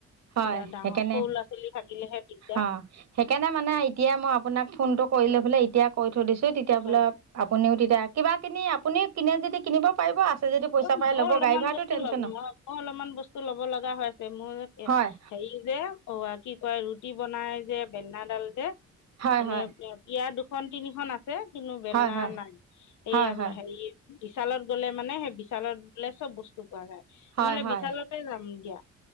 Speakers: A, on the right; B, on the left.
A: হয়
B: এইয়া ডাঙৰ
A: সেইকাৰণে
B: সৰু ল 'ৰা ছোৱালী থাকিলেহে দিগদাৰ
A: অ', সেইকাৰণে মানে এতিয়া মই আপোনাক ফোনটো কৰিলৈ
B: হয়
A: ফেলে এতিয়া কৈ থৈ দিছো তেতিয়া বোলে
B: হয়
A: আপুনিও তেতিয়া কিবা কিনি আপুনি কিনে যতিদি কিনিব পাৰিব যদি পইচা
B: অ,
A: পাই
B: মই
A: ল'ব
B: অলপমান
A: গাড়ী ভাড়াটো
B: বস্তু
A: টেনচন
B: ল মই
A: ন
B: আকৈ অলপমান বস্তু ল'ব লাগা হৈ আছে মোৰ এ
A: হয়
B: হেৰি যে অৱ কি অ, ৰুটি বনাই যে বেনাডাল যে,
A: হয়
B: এনে
A: হয়
B: পিয়া দুখন তিনিখন আছে। সে কিনো বেলনা
A: হয় হয়
B: নাই, এই
A: হয় হয়
B: হেৰি বিশালত গলে মানে সেই বিশালত বুলে চব বস্তু পোৱা যায়
A: হয়
B: নহলে
A: হয়
B: বিশালতে যাম দিয়া।